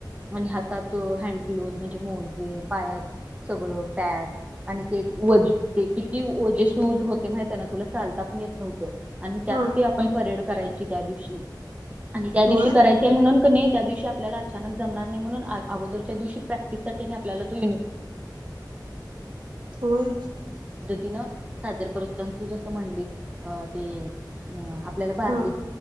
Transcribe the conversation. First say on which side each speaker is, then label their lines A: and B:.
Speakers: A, on the right; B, on the right.
A: मनी हात हात हँड ग्लोव म्हणजे मोजे पाया सगळ पॅक आणि ते व किती जे शूज होते माहि त्यांना तुला चालता पण येत नव्ह आणि त्यात
B: हा
A: आपण परेड करायची त्या दिवशी आणि त्या
B: होय
A: दिवशी करायचे म्हणून नाही त्या दिवशी आपल्याला अचानक जमणार नाही म्हणून अगोदरच्या दिवशी प्रॅक्टिसाठी आपला तो
B: होय
A: य <unintelligible> साजर करत तू जस म्हणली अ ते आपल्याला पारले
B: हा